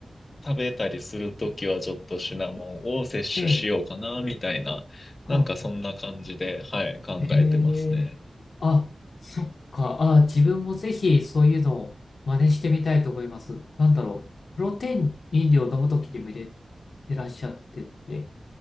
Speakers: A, on the left; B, on the left.
A: 食べたりするときは、ちょっとシナモンを摂取しようかな、
B: ええ。
A: みたいな、
B: はあ、
A: なんかそんな感じで、
B: はあ。
A: はい、考えてますね。
B: ええ。あ、そっか。あ、自分もぜひそういうのを真似してみたいと思います。なんだろう。プロテイン飲料を飲むときにも入れてらっしゃってって